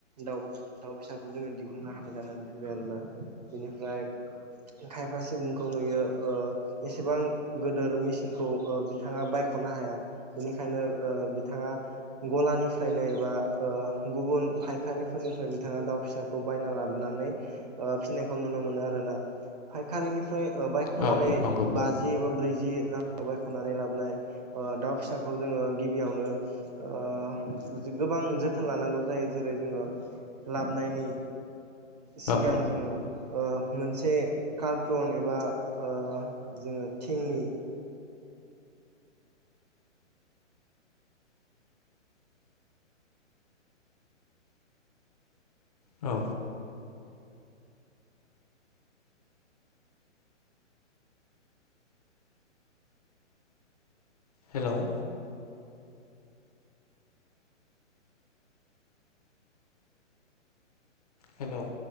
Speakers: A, on the right; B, on the left.
A: दाउ दाउ फिसाखौ जोङो दिहुननो हानाय जानानै फैबाय आरोना बिनिफ्राय खायफा सुबुंखौ नुयो ओ एसेबां गोदोर मेसिनखौ ओ बिथाङा बायख'नो हाया। बेनिखायनो ओ बिथाङा गलानिफ्रायनो एबा ओ गुबुन फायखारिफोरनिफ्राय बिथाङा दाउ फिसा खौ बायना लाबोनानै ओ फिनायखौ नुनो मोनो आरोना। फायखारिनिफ्राय ओ बायख'नानै
B: औ नंगौ
A: बा जि बा ब्रैजि राङाव बायख'नानै लाबोनाय ओ दाउ फिसाखौ जोङो गिबियावनो ओ गोबां जोथोन लानांगौ जायो जेरै जोङो लाबनायनि
B: औ
A: सिगां जोङो ओ मोन मोनसे कारटन एबा ओ जोङो थिंनि
B: औ। हेल'। हेल'।